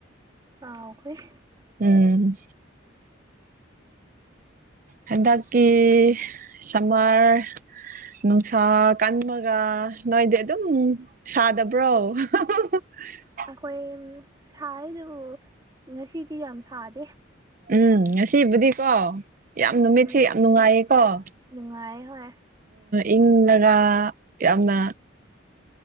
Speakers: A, on the right (about 20°); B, on the right (about 45°).
A: ꯀꯥꯎꯈꯔ꯭ꯦ
B: ꯎꯝ꯫ ꯍꯟꯗꯛꯇꯤ ꯁꯃꯔ ꯅꯨꯡꯁꯥ ꯀꯟꯕꯒ ꯅꯣꯏꯗꯤ ꯑꯗꯨꯝ ꯁꯥꯗꯕ꯭ꯔꯣ <unintelligible>
A: ꯑꯩꯈꯣꯏ ꯁꯥꯏ ꯑꯗꯨꯕꯨ ꯉꯁꯤꯗꯤ ꯌꯥꯝ ꯁꯥꯗꯦ
B: ꯎꯝ ꯉꯁꯤꯕꯨꯗꯤꯀꯣ ꯌꯥꯝ ꯅꯨꯃꯤꯠꯁꯤ
A: ꯎꯝ
B: ꯌꯥꯝ ꯅꯨꯡꯉꯥꯏꯌꯦꯀꯣ꯫ ꯑꯣ
A: ꯅꯨꯡꯉꯥꯏ ꯍꯣꯏ
B: ꯏꯪꯂꯒ ꯌꯥꯝꯅ